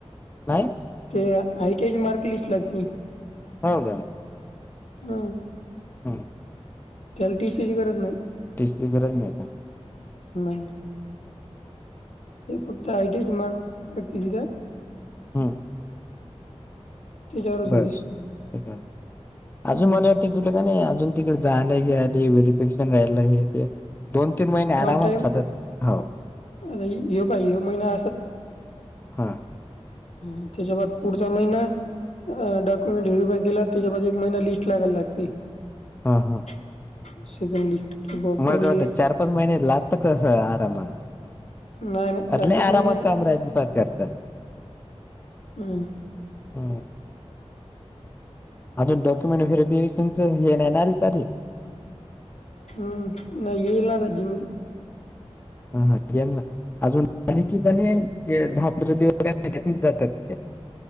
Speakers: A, on the left (about 20°); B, on the left (about 80°).
A: नाही.
B: ते आयटीआयची मार्क लिस्ट लागतील.
A: हो का?
B: हं.
A: हं.
B: त्याला टीसीची गरज नायी.
A: टी सी ची गरज नाही का?
B: नाही. ते फक्त आयटीचे मार्क मागतील ते.
A: हम्म.
B: त्याच्यावरच होती
A: बस. <unintelligible>
B: हम्म
A: अजून मला ते तुला का नायी अजून तिकडे जायाले यायाले व्हेरिफिकेशन राहिला हे ते दोन तीन महिने आरामात
B: हा टाईम
A: खातात. हो
B: आता ह्यो पाय ह्यो महिना
A: हा.
B: ह. त्याच्या बा पुढचा महिना. अ डॉक्युमेंट व्हिरीफाय केला, त्याच्यामध्ये एक महिना लिस्ट लागायला लागते.
A: हा हा.
B: <unintelligible> लिस्ट कि ब
A: मला
B: कोणी
A: तर वाटत चार पाच महिने लागत कस आरामात
B: नाही नाही चार
A: अरे लय
B: पाच महिने
A: आरामात
B: नाही.
A: काम राहायत सरकारच.
B: हं.
A: हम्म. अजून डॉक्युमेंट व्हेरीफिकेशनच हे नाही ना रे आली तारीख?
B: हम्म नाही येईल ना आता जि
A: हा- हा जना अजून आधीच ते दहा पंधरा दिवस जातात